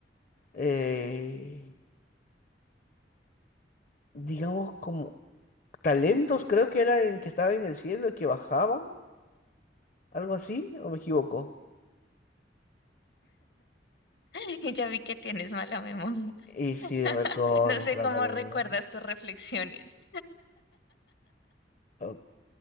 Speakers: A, on the left; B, on the left.
A: eh, digamos, como talentos, creo que era en que estaba en el cielo, que bajaban, algo así, ¿o me equivoco?
B: <laughs> Y ya vi que tienes mala memoria.
A: Y sí, recontra
B: <laughs> No sé cómo
A: para
B: recuerdas
A: la memoria.
B: tus reflexiones.
A: Ok,